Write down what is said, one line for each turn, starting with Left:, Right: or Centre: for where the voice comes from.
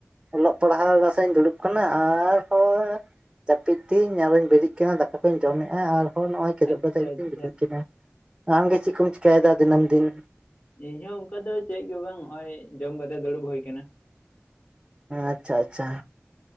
Right: ᱚᱞᱚᱜ ᱯᱟᱲᱦᱟᱣ ᱱᱟᱥᱮᱧ ᱫᱩᱲᱩᱵ ᱠᱟᱱᱟ ᱟᱨᱦᱚᱸ ᱡᱟᱹᱯᱤᱫ ᱛᱤᱧ ᱟᱨᱚᱧ ᱵᱮᱨᱮᱫ ᱠᱟᱱᱟ ᱫᱟᱠᱟ ᱠᱚᱧ ᱡᱚᱢᱮᱫᱼᱟ ᱟᱨ ᱦᱚᱸ ᱱᱚᱜᱼᱚᱭ ᱠᱮᱫᱚᱜ
Left: ᱟᱪᱪᱷᱟ
Right: ᱠᱟᱛᱮᱫ
Left: ᱟᱪᱪᱷᱟ
Right: ᱤᱧ ᱜᱤᱛᱤᱡ ᱠᱟᱱᱟ ᱟᱢᱜᱮ ᱪᱮᱫ ᱠᱚᱢ ᱪᱤᱠᱟᱭᱫᱟ ᱫᱤᱱᱟᱹᱢ ᱫᱤᱱ
Left: ᱤᱧᱦᱚᱸ ᱚᱱᱠᱟ ᱫᱚ ᱪᱮᱫ ᱜᱮ ᱵᱟᱝ ᱱᱚᱜᱼᱚᱭ ᱡᱚᱢ ᱠᱟᱛᱮᱜ ᱫᱩᱲᱩᱵ ᱦᱩᱭ ᱟᱠᱟᱱᱟ
Right: ᱟᱪᱪᱷᱟ ᱟᱪᱪᱷᱟ